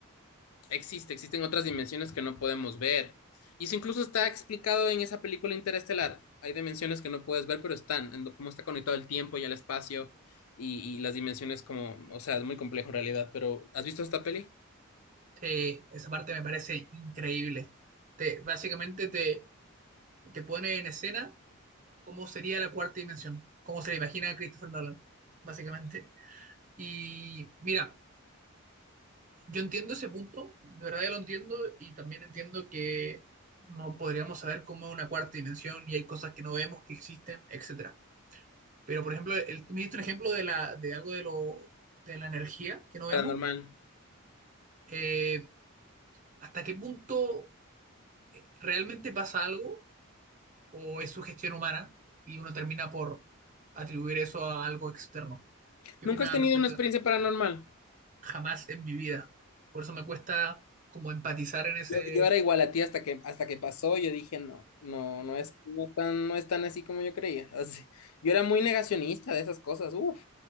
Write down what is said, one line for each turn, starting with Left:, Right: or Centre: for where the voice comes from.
Left: existe, existen otras dimensiones que no podemos ver. Y eso incluso está explicado en esa película interestelar. Hay dimensiones que no puedes ver, pero están, en cómo está conectado el tiempo y el espacio y, y las dimensiones como, o sea, es muy complejo en realidad, pero ¿has visto esta peli?
Right: Eh, esa parte me parece increíble. Te, básicamente te, te pone en escena cómo sería la cuarta dimensión, cómo se la imagina a Christopher Nolan, básicamente. Y mira. Yo entiendo ese punto, de verdad yo lo entiendo y también entiendo que no podríamos saber cómo es una cuarta dimensión y hay cosas que no vemos que existen, etcétera. Pero por ejemplo, el, tú me diste un ejemplo de la, de algo de lo, de la energía que no vemos.
Left: Paranormal.
Right: Eh, ¿hasta qué punto realmente pasa algo o es sugestión humana y uno termina por atribuir eso a algo externo? ¿Qué
Left: ¿Nunca
Right: opinas
Left: has tenido
Right: al respecto
Left: una experiencia
Right: de eso?
Left: paranormal?
Right: Jamás en mi vida. Por eso me cuesta como empatizar en ese,
Left: Yo, yo era igual a ti hasta que, hasta que pasó, yo dije, no, no, no es, no es tan, no es tan así como yo creía. <laughs> Así. Yo era muy negacionista de esas cosas, uff.